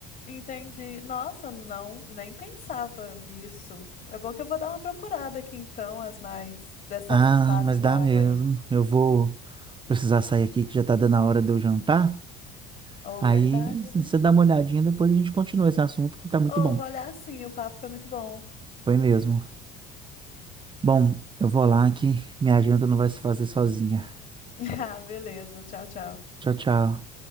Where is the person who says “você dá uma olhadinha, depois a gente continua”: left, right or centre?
Right